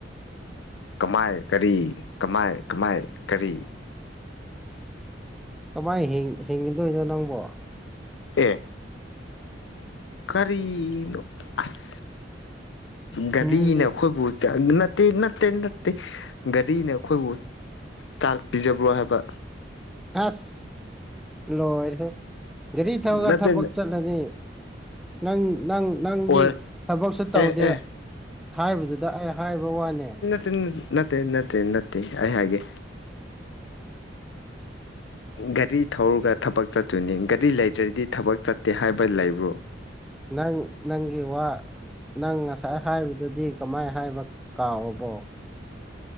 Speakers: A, on the left (about 80°); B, in the centre.
A: ꯀꯃꯥꯏ ꯀꯔꯤ ꯀꯃꯥꯏ ꯀꯃꯥꯏ ꯀꯔꯤ
B: ꯀꯃꯥꯏꯅ ꯍꯤꯡꯉꯗꯣꯏꯅꯣ ꯅꯪꯕꯣ
A: ꯑꯦ ꯀꯔꯤꯅꯣ ꯑꯁ ꯒꯥꯔꯤꯅ
B: ꯃꯤꯒꯤ
A: ꯑꯩꯈꯣꯏꯕꯨ ꯅꯠꯇꯦ ꯅꯠꯇꯦ ꯅꯠꯇꯦ ꯒꯥꯔꯤꯅ ꯑꯩꯈꯣꯏꯕꯨ ꯆꯥꯛ ꯄꯤꯖꯕ꯭ꯔꯣ ꯍꯥꯏꯕ
B: ꯑꯁ ꯂꯣꯏꯔꯦ ꯒꯥꯔꯤ ꯊꯧꯔꯒ
A: ꯅꯠꯇꯦ
B: ꯊꯕꯛ ꯆꯠꯂꯅꯤ ꯅꯪ ꯅꯪ ꯅꯪꯗꯤ
A: ꯑꯣꯏ
B: ꯊꯕꯛꯁꯨ ꯇꯧꯗꯦ
A: ꯑꯦ ꯑꯦ
B: ꯍꯥꯏꯕꯗꯨꯗ ꯑꯩ ꯍꯥꯏꯕ ꯋꯥꯅꯦ
A: ꯅꯠꯇ ꯅꯠꯇꯦ ꯅꯠꯇꯦ ꯅꯠꯇꯦ ꯑꯩ ꯍꯥꯏꯒꯦ ꯒꯥꯔꯤ ꯊꯧꯔꯒ ꯊꯕꯛ ꯆꯠꯇꯣꯏꯅꯤ ꯒꯥꯔꯤ ꯂꯩꯗ꯭ꯔꯗꯤ ꯊꯕꯛ ꯆꯠꯇꯦ ꯍꯥꯏꯕ ꯂꯩꯕ꯭ꯔꯣ
B: ꯅꯪ ꯅꯪꯒꯤ ꯋꯥ ꯅꯪ ꯉꯁꯥꯏ ꯍꯥꯏꯕꯗꯨꯗꯤ ꯀꯃꯥꯏꯅ ꯍꯥꯏꯕ ꯀꯥꯎꯔꯕꯣ